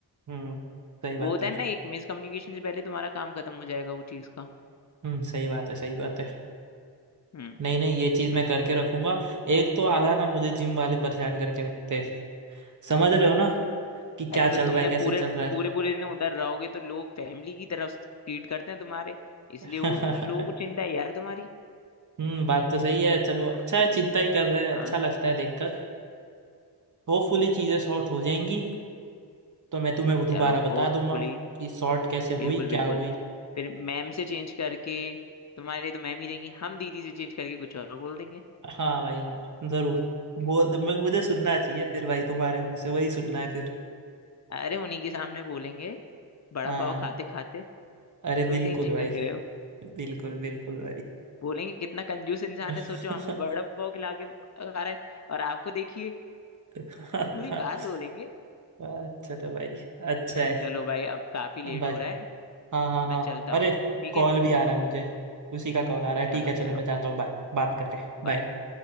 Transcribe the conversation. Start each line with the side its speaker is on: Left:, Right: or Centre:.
Right: हम्म सही बात
Left: वो होता
Right: है
Left: है ना एक मिस कम्युनिकेशन से पहले तुम्हारा काम खत्म हो जाएगा वो चीज का
Right: हम्म सही बात है सही बात है
Left: हम्म
Right: नहीं नहीं ये चीज मैं करके रखूंगा एक तो आधा ना मुझे जिम वाले परेशान करके रखते हैं समझ रहे हो ना कि क्या
Left: अरे
Right: चल
Left: तो तुमने
Right: रहा है कैसे
Left: पूरे
Right: चल रहा
Left: पूरे पूरे दिन उधर रहोगे तो लोग फैमिली की तरफ ट्रीट करते हैं तुम्हारे इसलिए
Right: है
Left: वो उन लोगों को
Right: <laughs>
Left: चिंता है यार तुम्हारी
Right: हम्म बात तो सही है चलो अच्छा है चिंता ही कर रहे हैं
Left: हाँ
Right: अच्छा लगता है देखकर होपफुली चीजें सॉर्ट हो जाएंगी तो मैं तुम्हें वो दोबारा
Left: चलो
Right: बता
Left: होपफुली
Right: दूंगा कि सॉर्ट कैसे
Left: बिल्कुल
Right: हुई
Left: बिल्कुल
Right: क्या हुई
Left: फिर मैम से चेंज करके तुम्हारे तो मैम ही देंगी हम दीदी से चेंज करके कुछ और बोल देंगे
Right: हाँ भाई हाँ जरूर बोल म- मुझे सुनना चाहिए फिर भाई तुम्हारे मुंह से वही सुनना है फिर
Left: अरे उन्हीं के सामने बोलेंगे बड़ा
Right: हाँ
Left: पाव खाते खाते
Right: अरे बिल्कुल
Left: तुम टेंशन
Right: भाई
Left: क्यों ले रहे हो
Right: बिल्कुल बिल्कुल
Left: बोलेंगे कितना कंजूस इंसान
Right: भाई
Left: है सोचो हमें बड़ा पाव खिला के आ रहा है और आपको देखिए
Right: <laughs>
Left: पूरी बात बोलेंगे
Right: अच्छा था भाई अच्छा
Left: चलो
Right: है
Left: चलो भाई अब काफी लेट
Right: बाय
Left: हो रहा है
Right: हाँ हाँ हाँ
Left: मैं चलता
Right: अरे
Left: हूँ ठीक
Right: कॉल
Left: है
Right: भी आ रहा है मुझे उसी का कॉल आ रहा है
Left: चलो
Right: ठीक है चलो
Left: चलो
Right: मैं जाता हूँ बाय बात करते हैं
Left: बाय
Right: बाय